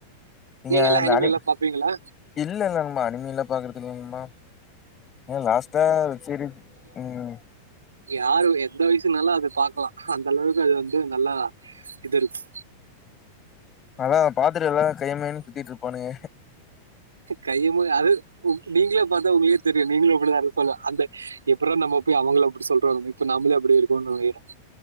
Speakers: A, on the left; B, on the right.
A: நீங்க
B: எல்லாம்
A: இந்த அனி
B: எல்லாம் பாப்பீங்களா
A: இல்ல இல்ல நண்பா அனிமில பாக்றதில்ல நண்பா லாஸ்ட்டா சேரி ம்
B: யாரும் எந்த வயசுனாலு அது பாக்கலா அந்த அளவுக்கு அது வந்து நல்லா இது இருக்கு
A: நல்லா பாத்துட்டு எல்லா கையமுயன்னு சுத்திட்டு இருப்பானுங்க
B: கையமுய அது ஓ நீங்களே பாத்தா உங்களுக்கே தெரியு நீங்களு அப்டிதா இருப் அந்த எப்புறா நம்ம போய் அவுங்கள அப்டி சொல்றாங்க இப்ப நம்மளே அப்படி இருக்கும்றோனு ஆயி